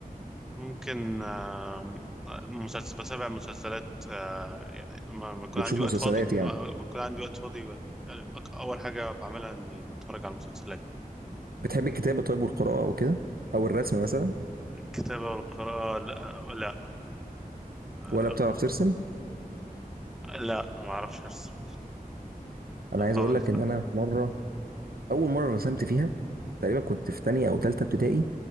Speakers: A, in the centre; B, on the right.
A: ممكن آه مسلسل بتابع مسلسلات آه يعني لما لما يكون
B: بتشوف
A: عندي وقت
B: مسلسلات
A: فاضي
B: يعني
A: آه، لما يكون عندي وقت فاضي ب- يعني أك- اول حاجه بعملها اني بتفرج على المسلسلات
B: بتحب الكتابه طيب والقراءه او كده او الرسم مثلا
A: الكتابه والقراءه لا لا آه،
B: ولا بتعرف ترسم
A: لا ما اعرفش ارسم
B: انا عايز
A: خالص
B: اقول لك ان
A: لا
B: انا في مره اول مره رسمت فيها تقريبا كنت في تانية او تالتة ابتدائي